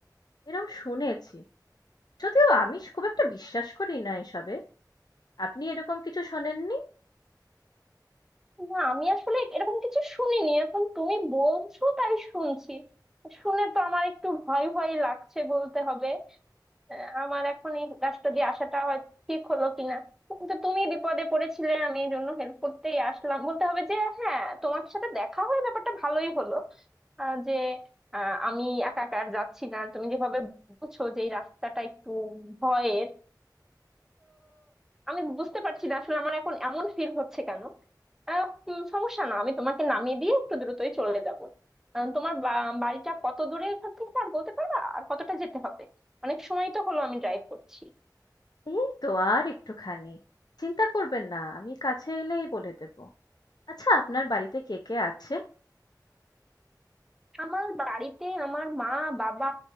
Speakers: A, on the left; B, in the centre.
A: এরম শুনেছি। যদিও আমি খুব একটা বিশ্বাস করি না এসবে। আপনি এরকম কিছু শোনেননি?
B: না আমি আসলে এরকম কিছু শুনিনি এখন তুমি বলছো তাই শুনছি শুনে তো আমার একটু ভয় ভয় লাগছে বলতে হবে আহ, আমার এখন এই রাস্তা দিয়ে আসাটা হয় ঠিক হলো কিনা কিন্তু তুমি বিপদে পড়েছিলে আমি এই জন্য হেল্প করতেই আসলাম বলতে হবে যে হ্যাঁ তোমার সাথে দেখা হয়ে ব্যাপারটা ভালোই হলো আহ, যে আহ, আমি একা একা আর যাচ্ছি না তুমি যেভাবে বলছো যে এই রাস্তাটা একটু ভয়ের আমি বুঝতে পারছি না আসলে আমার এখন এমন ফিল হচ্ছে কেন আহ, উম, সমস্যা না আমি তোমাকে নামিয়ে দিয়ে একটু দ্রুতই চলে যাব আহ, তোমার বা- বাড়িটা কত দূরে এখান থেকে আর বলতে পারবা আর কতটা যেতে হবে অনেক সময় তো হলো আমি ড্রাইভ করছি
A: এই তো আর একটুখানি। চিন্তা করবেন না, আমি কাছে এলেই বলে দেব। আচ্ছা, আপনার বাড়িতে কে কে আছে?
B: আমার বাড়িতে আমার মা বাবা